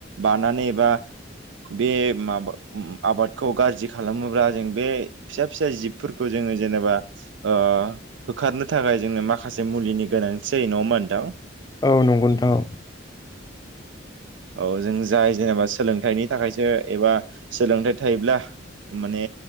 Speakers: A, on the right; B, on the left.
A: बानानै एबा बे माबा उम आबादखौ गाज्रि खालामोब्ला जों बे फिसा फिसा जिबफोरखौ जोङो जेनेबा ओ होखारनो था थाखाय जोंनो माखासे मुलिनि गोनांथि जायो होनबा नोंथां?
B: औ नंगौ नोंथां औ।
A: औ जों जाय जेनेबा सोलोंथाइनि थाखायसो एबा सोलोंथाइ थायोब्ला माने